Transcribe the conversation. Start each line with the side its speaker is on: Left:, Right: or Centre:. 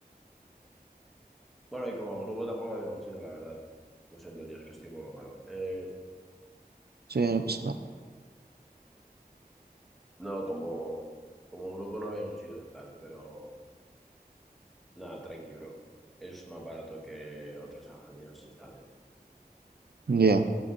Centre: Bueno, y como grupo tampoco habíamos ido, la verdad. Lo siento, tío, es que estoy un poco malo. Eh,
Right: Sí, no pasa nada.
Centre: no, como, como grupo no habíamos ido tal, pero nada, tranqui, bro. Es más barato que otros ingenieros y está bien.
Right: Mm. Ya.